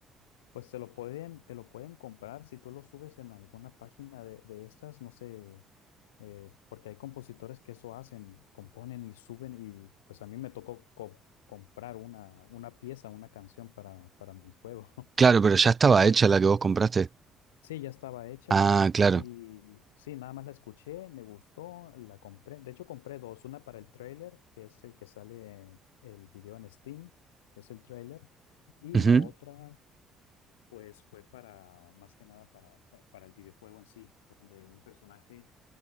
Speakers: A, on the left; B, on the right.
A: pues te lo pueden, te lo pueden comprar si tú lo subes en alguna página de, de estas, no sé, eh, porque hay compositores que eso hacen, componen y suben y pues a mí me tocó co- comprar una, una pieza, una canción para, para mi juego. <laughs>
B: Claro, pero ya estaba
A: De,
B: hecha la que vos compraste.
A: Sí, ya estaba hecha
B: Ah, claro.
A: y sí, nada más la escuché, me gustó, la compré. De hecho, compré dos, una para el trailer, que es el que sale en el video en Steam, que es el trailer, y
B: Ujú.
A: la otra, pues fue para, más que nada, para, pa- para el videojuego en sí, donde un personaje